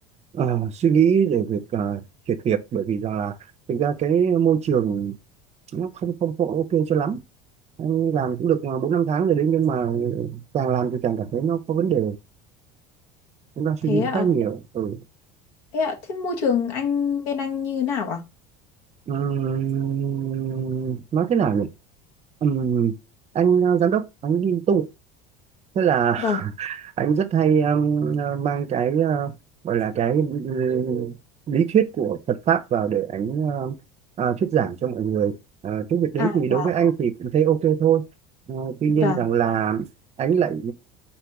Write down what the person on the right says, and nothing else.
ờ, suy nghĩ để việc ờ, chuyển việc bởi vì rằng là thực ra cái môi trường nó không không có ok cho lắm. Anh làm cũng được ờ, bốn năm tháng rồi đấy nhưng mà càng làm thì càng cảm thấy nó có vấn đề, cũng đang suy
nghĩ
khá nhiều. Ừ.
Ừm, nói thế nào nhỉ? Ừm, anh ờ, giám đốc, anh đi tu, thế là
anh rất hay um, ờ, mang cái ờ, gọi là cái ừ, lý thuyết của Phật pháp vào để anh ờ, ờ, thuyết giảng cho mọi người Ờ, cái việc đấy
thì đối
với anh thì cũng thấy ok thôi Ờ, tuy nhiên
rằng là anh lại